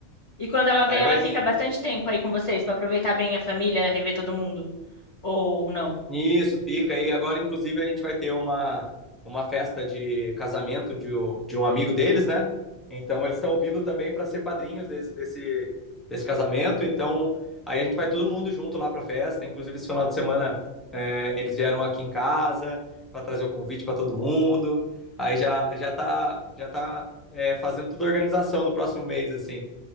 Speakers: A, on the left; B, in the centre.
A: E quando ela
B: Aí
A: vem, ela
B: vai
A: fica
B: vir.
A: bastante tempo aí com vocês para aproveitar bem a família, rever todo mundo. Ou não?
B: Isso, fica. E agora, inclusive, a gente vai ter uma, uma festa de casamento de, o- de um amigo deles, né? Então, eles estão vindo também para ser padrinhos desse, desse, desse casamento. Então, aí a gente vai todo mundo junto lá para a festa. Inclusive, esse final de semana, é, eles vieram aqui em casa para trazer o convite para todo mundo. Aí já, já tá, já tá, é, fazendo toda a organização do próximo mês, assim.